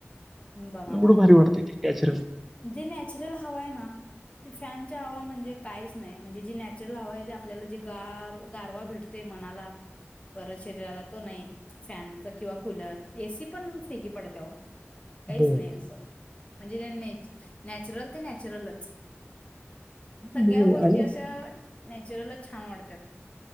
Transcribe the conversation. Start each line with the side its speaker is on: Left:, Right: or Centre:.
Left: बघा
Centre: एवढं
Left: मग
Centre: भारी वाटते ते नॅचरल
Left: जे नॅचरल हवा आहे ना ती फॅनच्या हवा म्हणजे काहीच नाही म्हणजे जी नॅचरल हवा आहे ती आपल्याला जे गार गारवा भेटते ते म्हनाला परत शरीराला तो नाही फॅनचा किंवा कूलर एसी पण फेकी पडते <inaudible> काहीच
Centre: बर
Left: नाही असं म्हणजे न नॅचरल ते नॅचरलच सगळ्या
Centre: मी
Left: गोष्टी
Centre: आणि
Left: अशा नॅचरल छान वाढतात